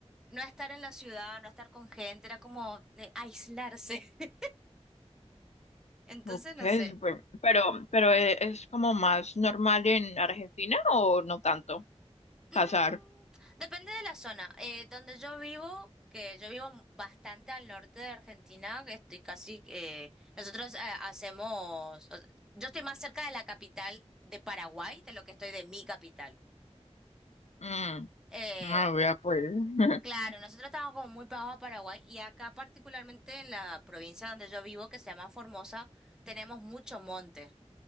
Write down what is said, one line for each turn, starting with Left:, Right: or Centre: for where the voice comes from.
Centre: no estar en la ciudad, no estar con gente, era como eh, aislarse. <laughs> Entonces,
Left: Ok,
Centre: no sé.
Left: súper. Pero, pero eh, es como más normal en Argentina o no tanto
Centre: Mm,
Left: casar.
Centre: depende de la zona. Eh, donde yo vivo, que yo vivo bastante al norte de Argentina, que estoy casi, eh, nosotros eh, hacemos, o- yo estoy más cerca de la capital de Paraguay de lo que estoy de mi capital.
Left: Mm,
Centre: Eh,
Left: ah, vea pues. <laughs>
Centre: Claro, nosotros estamos como muy pegados a Paraguay y acá particularmente en la provincia donde yo vivo, que se llama Formosa, tenemos mucho monte.